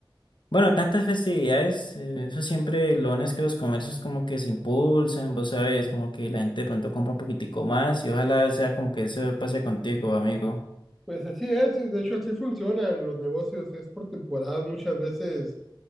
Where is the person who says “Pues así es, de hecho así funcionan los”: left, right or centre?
Centre